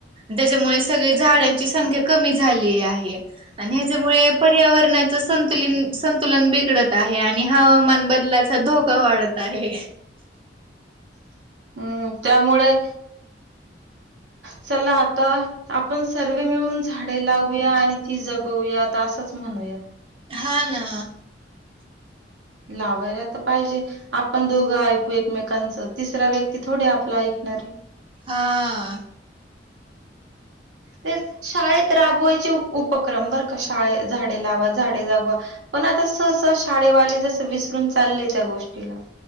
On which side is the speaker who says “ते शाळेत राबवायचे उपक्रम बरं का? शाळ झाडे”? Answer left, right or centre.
Right